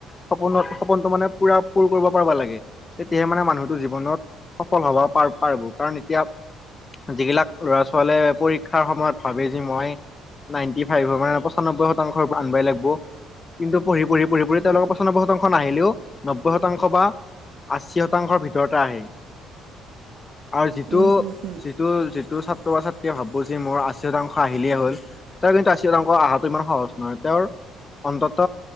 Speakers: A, on the left; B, on the right.
A: সপোনত সপোনটো মানে পুৰা পূৰ কৰবা পাৰবা লাগে তেতিয়াহে মানে মানুহটো জীৱনত সফল হবা পাৰ পাৰব কাৰণ এতিয়া যিগিলাক ল'ৰা ছোৱালীয়ে পৰীক্ষাৰ সময়ত ভাবে যে মই নাইনটি ফাইভৰ মানে পঁচাননব্বৈ শতাংশ আনবাই লাগব কিন্তু পঢ়ি পঢ়ি পঢ়ি পঢ়ি তেওঁলোকৰ পচানব্বৈ শতাংশ নাহিলেও নব্বৈ শতাংশ বা আশী শতাংশৰ ভিতৰতে আহে আৰু যিটো
B: উম, উম, উম,
A: যিটো যিটো ছাত্ৰ বা ছাত্ৰীয়ে ভাব-ব যে মোৰ আশী শতাংশ আহিলেই হ'ল তেওঁৰ কিন্তু আশী এতাংশ আহাটো ইমান সহজ নহয় তেওঁৰ অন্তত